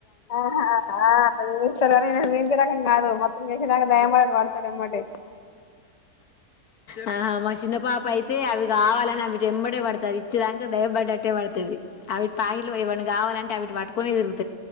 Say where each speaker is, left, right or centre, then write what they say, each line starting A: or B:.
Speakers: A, on the left (about 30°); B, on the left (about 75°).
A: ఆహా ఆ అట్లా జూస్తారని ఇన జూవించే రకం గాదు మొత్తం జేసేదాకా టైమ్ పడతది అడ ఏమ్మటే
B: హా మా షిన్న పాపా అయితే అవి కావాలని అవి ఎంబడే పడుతది ఇచ్చేదాక దయబడ్డట్టే పడుతది అవిటి పాకిట్లు ఇవీ కావాలంటే అవిటి పటుకొనే తిరుగుత్